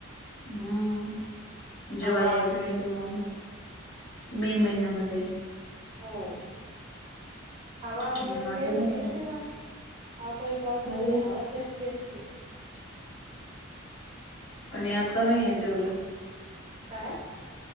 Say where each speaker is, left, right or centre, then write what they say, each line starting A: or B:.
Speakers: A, on the left; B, on the right.
A: हम्म, जेव्हा
B: हवा
A: यायचं
B: ते
A: नाही तेव्हाला. मे महिन्यामध्ये
B: हो. हवा वगैरे
A: हम्म आता
B: लय होती
A: नाही
B: ना तेव्हा, अवकाळी पावसामध्ये
A: हो
B: हवा जास्ती असते.
A: आणि आता नाहीये तेवढं.
B: काय?